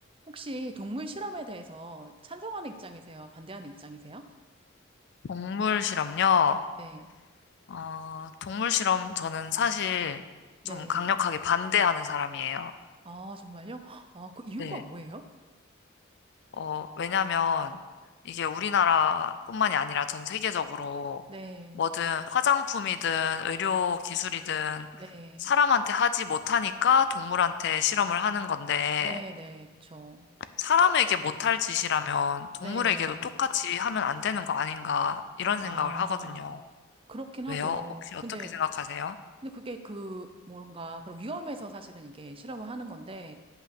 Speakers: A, on the right; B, on the left.
A: 혹시 동물 실험에 대해서 찬성하는 입장이세요? 반대하는 입장이세요?
B: 동물 실험요?
A: 네.
B: 어, 동물 실험 저는 사실
A: 네.
B: 좀 강력하게 반대하는 사람이에요.
A: 아, 정말요? 아, 그 이유가
B: 네.
A: 뭐예요?
B: 어, 왜냐면 이게 우리나라뿐만이 아니라 전 세계적으로
A: 네.
B: 뭐든 화장품이든 의료 기술이든
A: 네.
B: 사람한테 하지 못하니까 동물한테 실험을 하는 건데
A: 네, 네. 그쵸.
B: 사람에게 못할 짓이라면
A: 네.
B: 동물에게도 똑같이 하면 안 되는 거 아닌가 이런
A: 아,
B: 생각을 하거든요.
A: 그렇긴
B: 왜요?
A: 하죠.
B: 혹시 어떻게
A: 근데,
B: 생각하세요?
A: 근데 그게 그 뭔가 그런 위험에서 사실은 이게 실험을 하는 건데